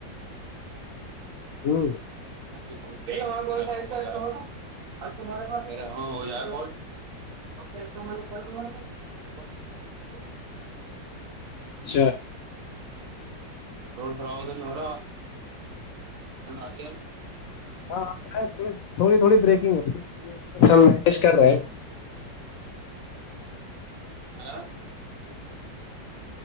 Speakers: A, on the left (about 75°); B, on the right (about 55°).
A: ہوں
B: ارے
A: اچھا
B: ر خراب تو نہیں ہو رہا آ رہ
A: ہاں آ تھوڑی تھوڑی بریکنگ ہو رہی ہے کر رہے ہیں
B: آ